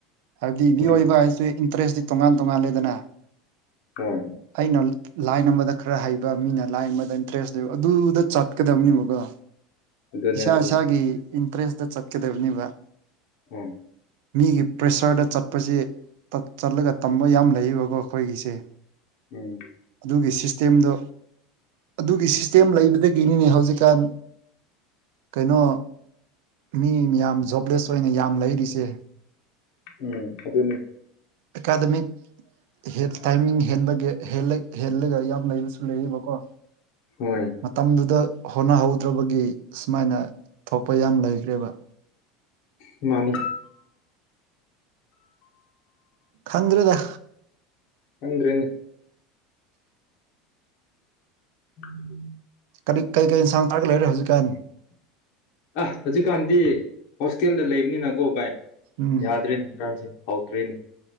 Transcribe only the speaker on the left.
ꯎꯝ
ꯍꯣꯏ
ꯑꯗꯨꯅꯦ
ꯑꯗꯨꯅꯤ
ꯍꯣꯏ
ꯎꯝ
ꯎꯝ ꯑꯗꯨꯅꯦ
ꯍꯣꯏ
ꯃꯥꯅꯤ
ꯈꯪꯗ꯭ꯔꯦꯅꯦ <unintelligible>
ꯑꯥ ꯍꯧꯖꯤꯛꯀꯥꯟꯗꯤ ꯍꯣꯁꯇꯦꯜꯗ ꯂꯩꯕꯅꯤꯅꯀꯣ ꯚꯥꯏ
ꯌꯥꯗ꯭ꯔꯦꯅꯦ ꯏꯟꯁꯥꯡꯁꯦ ꯍꯥꯎꯇ꯭ꯔꯦꯅꯦ